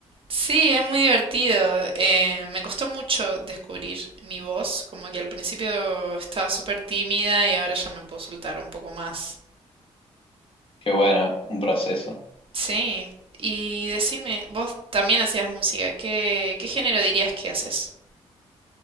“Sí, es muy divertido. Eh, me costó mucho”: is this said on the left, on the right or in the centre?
Right